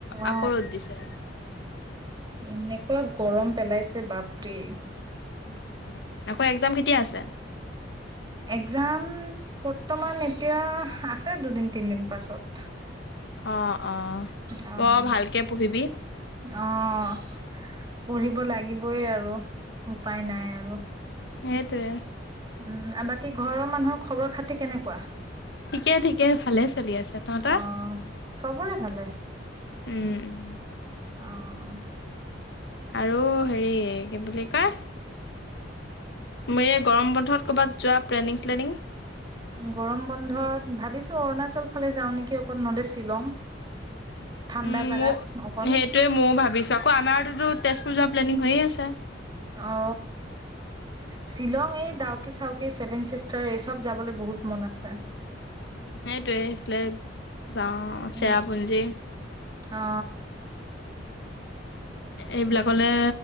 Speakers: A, on the right; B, on the left.
A: অ
B: আকৌ ৰ'দ দিছে।
A: এনেকুৱা গৰম পেলাইছে বাপৰে
B: উ উ আকৌ এক্জাম কেতিয়া আছে
A: এক্জাম বৰ্তমান এতিয়া আছে দুদিন তিনদিন পাছত
B: অ অ'।
A: অহ
B: পঢ় ভালকে পঢ়িবি,
A: আহহ পঢ়িব লাগিবই আৰু ৰ উপায় নাই আৰু
B: সেইটোৱে
A: উম আৰু বাকী ঘৰৰ মানুহৰ খবৰ খাতি কেনেকুৱা
B: ঠিকে ঠিকে ভালে চলি আছে তহত
A: অ চবৰে ভালে
B: উম উম
A: অ
B: আৰু হেৰি কি বুলি কয় মোৰে গৰম বন্ধত কৰ'বাত যোৱা প্লেনিং শ্লেনিং
A: গৰম বন্ধত ভাবিছো অৰুণাচল ফালে যাওঁ নেকি অকণ ন'লে শ্বিলং ঠাণ্ডা
B: উম
A: জাগাত
B: ম
A: অকণ
B: সেইটোয়ে ময়ও ভাবিছো আকৌ আমাৰোতো তেজ চজা প্লেনিং হৈয়ে আছে
A: অ শ্বিলং এই ডাউকে চাউকে চছেভেন চিষ্টাৰ এই চব যাবলৈ বহুত মন আছে
B: উ সেইটয়ে এইফালে যাও
A: উম।
B: চেৰাপুঞ্জী
A: অ
B: এইবিলাকলৈ